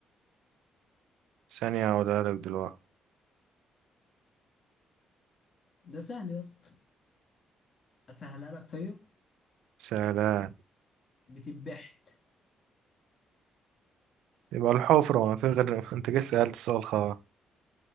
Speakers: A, on the right; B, on the left.
A: ثانية هقولها لك دلوقتي
B: ده سهل يا اسطى اسهلها لك طيب
A: سلام
B: بتبحت
A: يبقى الحفرة ما في غير <laughs> انت كده سألت السؤال خلاص